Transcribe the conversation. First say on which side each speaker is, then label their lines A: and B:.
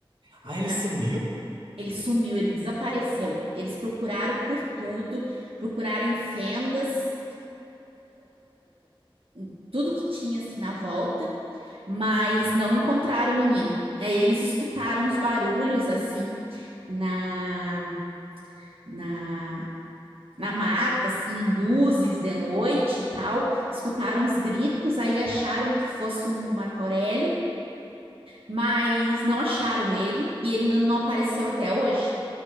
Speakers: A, on the right; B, on the right.
A: Ah, ele
B: Não,
A: sumiu?
B: ele sumiu, ele desapareceu. Eles procuraram por tudo, procuraram em fendas, uh, tudo que tinha assim na volta, mas não encontraram o menino. Aí eles escutaram os barulhos assim na, na na mata, assim, luzes de noite e tal, escutaram os gritos, aí acharam que fosse o Marco Aurélio, mas não acharam ele e ele não apareceu até hoje.